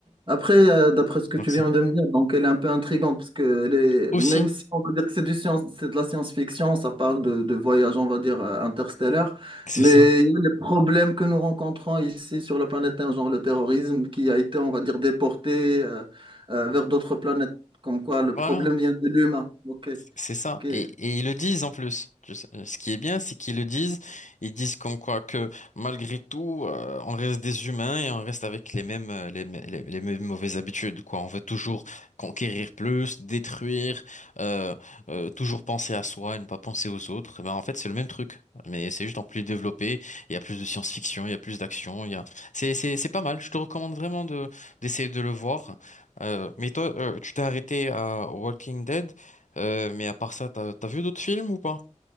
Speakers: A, on the right; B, on the left.
A: Après, euh, d'après ce que
B: Donc
A: tu
B: c'est
A: viens de me dire, donc elle est un peu intrigante parce que elle est-
B: aussi,
A: même si on va dire que c'est du science, c'est de la science-fiction, ça parle de, de voyage, on va dire, euh, interstellaire,
B: c'est
A: mais
B: ça.
A: il y a des problèmes que nous rencontrons ici sur la planète Terre, genre le terrorisme qui a été, on va dire, déporté euh, euh, vers d'autres planètes, comme quoi le
B: Voilà,
A: problème vient de l'humain. Ok,
B: C'est ça.
A: ok.
B: Et, et ils le disent en plus. Tu sais, euh, Ce qui est bien, c'est qu'ils le disent. Ils disent comme quoi que malgré tout, euh, on reste des humains et on reste avec les mêmes, euh, les, mê- les- les mêmes mauvaises habitudes, quoi. On veut toujours conquérir plus, détruire, euh, euh, toujours penser à soi et ne pas penser aux autres. Et Ben, en fait, c'est le même truc. Mais c'est juste en plus développé. Il y a plus de science-fiction, il y a plus d'action. Il y a... C'est, c'est, c'est pas mal. Je te recommande vraiment de, d'essayer de le voir. Euh, mais toi, euh, tu t'es arrêté à Walking Dead. Euh, mais à part ça, t'as, t'as vu d'autres films ou pas?